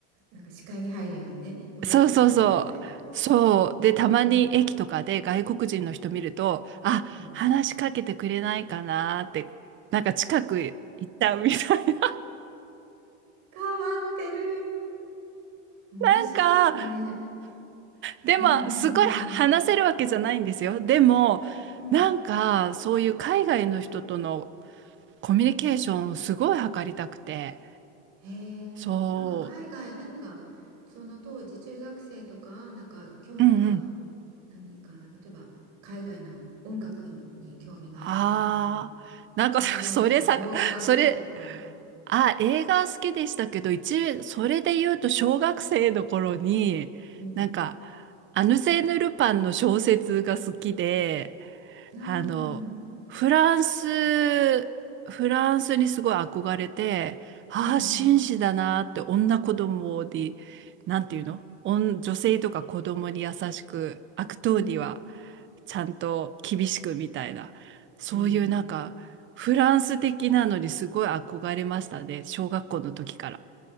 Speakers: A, on the right; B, on the right.
A: なんか視界に入るようにね、うろちょろしてるみたいな。
B: そうそうそう。そう。で、たまに駅とかで外国人の人見ると、
A: うん
B: あ、
A: うん。
B: 話しかけてくれないかなって、なんか近く行っちゃうみたいな。<laughs>
A: 変わってる。面白いね。
B: なんか、でも、
A: うんうんうんうん
B: すごい話せるわけじゃないんですよ。でも、
A: うん。
B: なんか、そういう海外の人とのコミュニケーションをすごい図りたくて、
A: へえ、
B: そ
A: なんか海外何かその当時中学生とかなんか興味が
B: う、うんうん。
A: 何か例えば海外の音楽に、に興味があったとか
B: ああ、なんか
A: 海外の洋画が好きとか
B: <laughs> それさ、それ、あ、映画好きでしたけど、一、それで言うと小学生の頃に、
A: うん
B: なんか、アヌセーヌ・ルパンの小説が好きで、
A: あーうん
B: あの、フランス、フランスにすごい憧れて、ああ、
A: うん
B: 紳士だなって、女子供で、なんていうの女女性とか子供に優しく、悪党には
A: うん
B: ちゃんと厳しくみたいな、そういうなんか、
A: うんうんうんうん
B: フランス的なのにすごい憧れましたね、小学校の時から。